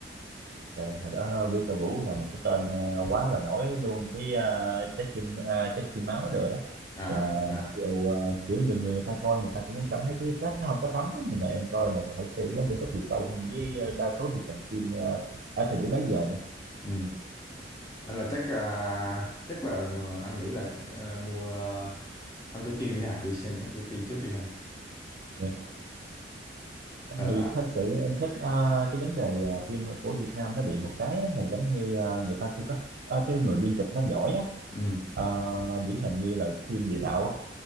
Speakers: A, on the right; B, on the left.
A: ờ, hồi đó Peter Vũ là một cái tên ờ, quá là nổi luôn cái ờ, trái tim ờ, trái tim máu rồi đó
B: à
A: là
B: à
A: mặc dù ờ, kiểu nhiều người ta coi người ta cũng cảm thấy cái kết nó không có thấm lắm, nhưng mà em coi là thật sự nó vẫn có chiều sâu hơn với ờ, đa số thị phần phim ờ, ở thời điểm bấy giờ nè.
B: ừ nên là chắc à, chắc là anh nghĩ là chắc à, mua uh, Thám Tử Kiên đi ha đi xem Thám Tử Kiên trước đi ha
A: Dạ. Em
B: ờ
A: thì
B: à,
A: thật sự em thích ờ, cái vấn đề ờ, phim của Việt Nam nó bị một cái á, là giống như ờ, người ta chưa có ờ, cái người biên kịch nó giỏi á
B: ừ
A: Ờ, điển hình như là phim địa đạo á,